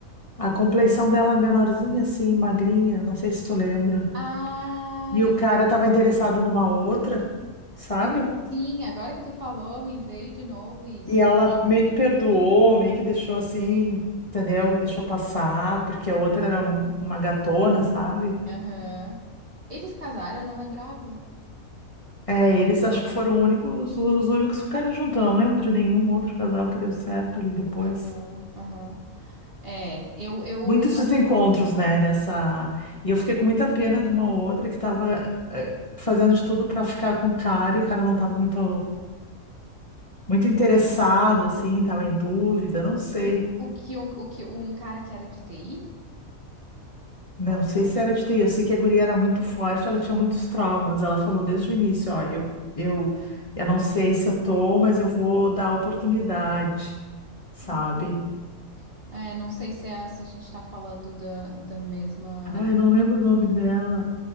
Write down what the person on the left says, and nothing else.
a complexão dela é menorzinha, assim, magrinha, não sei se tu lembra.
E
o cara
estava interessado numa outra, sabe?
E ela
meio que perdoou, meio que deixou assim, entendeu? Deixou passar, porque a outra era um- uma gatona, sabe?
É, eles
acho que foram únicos, os únicos que ficaram juntos. Eu não lembro de nenhum outro casal que deu certo ali depois.
Muitos desencontros, né, nessa. E eu fiquei com muita pena de uma outra que tava eh, fazendo de tudo pra ficar com o cara e o cara não tava muito, muito interessado, assim, tava em dúvida, não sei.
Não
sei
se era de TI, eu sei que a guria era muito forte, ela tinha muitos traumas. Ela falou desde o início, ó, eu, eu, eu não sei se eu tô, mas eu vou dar oportunidade, sabe?
Ah, eu não lembro o nome dela.